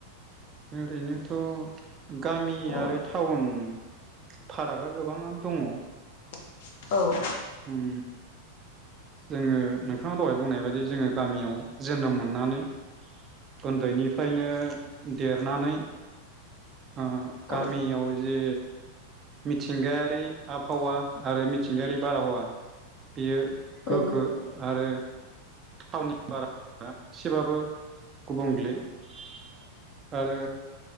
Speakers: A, on the right; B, on the left.
A: ओरैनोथ' गामि
B: औ
A: आरो टाउन फारागा गोबाङानो दङ।
B: <unintelligible> औ
A: ओम जोङो नोंथाङा दहाय बुंनाय बायदि जोङो गामियाव जोनोम मोननानै उन्दैनिफायनो देरनानै ओ गामियाव
B: औ
A: जे मिथिंगायारि आबहावा आरो मिथिंगायारि बार हावा बेयो गोग्गो
B: औ
A: आरो <inaudible> <unintelligible> बारा एसेबाबो गुबुंलि <inaudible> आरो